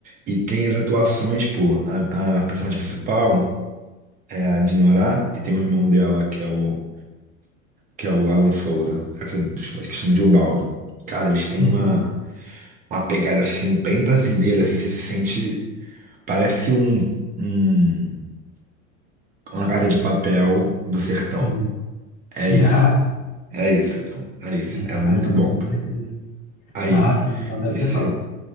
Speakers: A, on the right; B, on the left.
A: E tem as atuações, pô, a, a personagem principal é a Dinorah, e tem o irmão dela, que é o que é o Alan Souza, é o que, eu- que chama de Ubaldo. Cara, eles têm
B: Uhum.
A: uma, uma pegada assim, bem brasileira, assim, você se sente. Parece um, um- uma casa de papel do sertão.
B: Sim, sim.
A: É isso,
B: <laughs>
A: é isso, pô, é isso, é
B: Ah,
A: muito
B: então,
A: bom.
B: com certeza.
A: Aí,
B: Ah, sim, então deve
A: esse
B: ser top.